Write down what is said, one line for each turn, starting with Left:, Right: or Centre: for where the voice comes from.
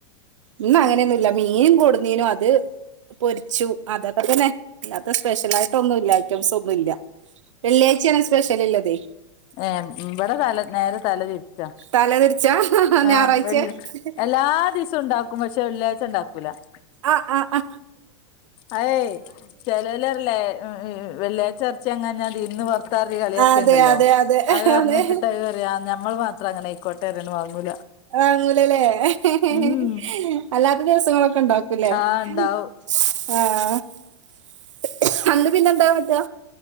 Right: ഇന്ന അങ്ങനെയൊന്നുല്ല മീൻ കൊടുന്നീനും അത് പൊരിച്ചു അതൊക്കെ തന്നെ ഇല്ലാത്ത സ്പെഷ്യലായിട്ട് ഒന്നും ഇല്ല റ്റ സം ഒന്നുംല്ല വെള്ളിയാ ചാണ് സ്പെഷ്യൽല്ല ഇള്ളത്
Left: ഏം ഇവിടെ തല നേരെ തല തിരിചാ
Right: തല തിരിച്ചാ
Left: ആ
Right: ഞായറാഴ്ച
Left: വെള്ള എല്ലാ ദിവസവും ഉണ്ടാക്കും പക്ഷെ വെള്ളിയാ ഉണ്ടാക്കൂല ചെ
Right: ആ ആ ഹ്ആ
Left: അഏയ് ചെിലലറല്ലേ വെള്ളിയായ്ച്ച എറച്ചി ങ്ങാഞാൽ ദീനിന്ന് പൊർത്താ റി കളിയൊക്കെ
Right: അതെ
Left: ഉണ്ടല്ലോ
Right: അതെ അതെ
Left: അത് പറഞ്ഞിട്ടിട്ട്
Right: അതെ
Left: അത് പറയാ ഞമ്മൾ മാത്രം അങ്ങനെ ആയിക്കോട്ടെ റഞ്ഞ് വാങ്ങൂല
Right: ആങ്ങൂലല്ലേ
Left: ഉം
Right: <inaudible> അല്ലാത്ത ദിവസങ്ങളൊക്കെ ണ്ടാക്കൂലേ
Left: ആഹ് ഇണ്ടാവും
Right: <inaudible> ആ <unintelligible> <unintelligible> അന്ന് പിന്നെന്താ കാട്ടാ